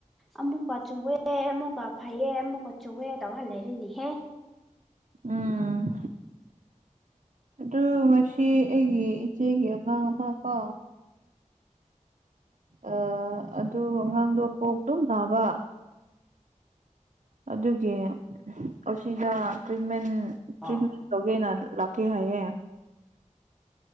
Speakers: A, in the centre; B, on the right (about 65°).
A: ꯑꯃꯨꯛꯀꯆꯨꯋꯦ ꯑꯦ ꯑꯃꯨꯛꯀ ꯐꯩꯌꯦ ꯑꯃꯨꯛꯀ ꯆꯨꯋꯦ ꯇꯧꯔ ꯂꯩꯔꯤꯅꯤꯍꯦ
B: ꯎꯝ ꯑꯗꯨ ꯃꯁꯤ ꯑꯩꯒꯤ ꯏꯆꯦꯒꯤ ꯑꯉꯥꯡ ꯑꯃ ꯀꯣ ꯑ ꯑꯗꯨ ꯑꯉꯥꯡꯗꯣ ꯄꯣꯛꯇꯣ ꯅꯥꯕ ꯑꯗꯨꯒꯤ ꯑꯁꯤꯗ ꯇ꯭ꯔꯤꯠꯃꯦꯟ
A: ꯑꯣ
B: ꯇꯧꯒꯦꯅ ꯂꯥꯛꯀꯦ ꯍꯥꯏꯌꯦ